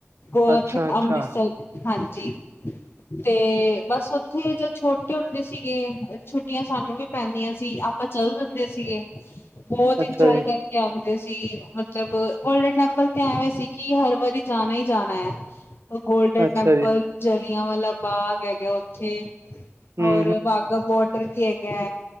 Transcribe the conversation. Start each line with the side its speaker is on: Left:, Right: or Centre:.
Left: ਉੱਥੇ
Right: ਅੱਛਾ ਅੱਛਾ
Left: ਅੰਮ੍ਰਿਤਸਰ ਹਾਂਜੀ ਤੇ ਬਸ ਉੱਥੇ ਜ ਛੋਟੇ ਹੁੰਦੇ ਸੀਗੇ ਛੁੱਟੀਆਂ ਸਾਨੂੰ ਵੀ ਪੈਂਦੀਆਂ ਸੀ ਆਪਾਂ ਚੱਲ ਦਿੰਦੇ ਸੀਗੇ ਬਹੁਤ
Right: ਅੱਛਾ
Left: ਇੰਜੋਏ
Right: ਜੀ
Left: ਕਰਕੇ ਆਂਦੇ ਸੀ ਮਤਲਬ ਗੋਲਡਨ ਟੈਂਪਲ ਤੇ ਐਵੇਂ ਸੀ ਕਿ ਹਰ ਵਾਰੀ ਜਾਣਾ ਹੀ ਜਾਣਾ ਹੈ ਗੋਲਡਨ
Right: ਅੱਛਾ
Left: ਟੈਂਪਲ
Right: ਜੀ
Left: ਜਲੀਆਂਵਾਲਾ ਬਾਗ ਹੈਗਾ ਉੱਥੇ
Right: ਹੂੰ
Left: ਹੋਰ ਵਾਘਾ ਬੋਡਰ ਵੀ ਹੈਗਾ